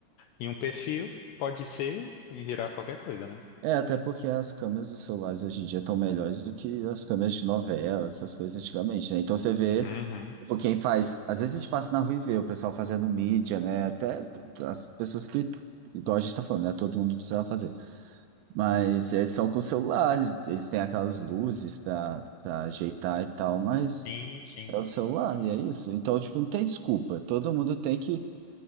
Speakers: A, on the left (about 80°); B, on the right (about 80°).
A: e um perfil pode ser e virar qualquer coisa, né?
B: É, até porque as câmeras dos celulares hoje em dia estão melhores do que as câmeras de novela, essas coisas antigamente, né? Então você vê,
A: Uhum.
B: tipo, quem faz, às vezes a gente passa na rua e vê o pessoal fazendo mídia, né? Até t- as pessoas que, igual a gente tá falando, né? Todo mundo precisava fazer. Mas é só com celulares, eles têm aquelas luzes para para ajeitar e tal, mas
A: Sim, sim.
B: é o celular e é isso. Então, tipo, não tem desculpa. Todo mundo tem que,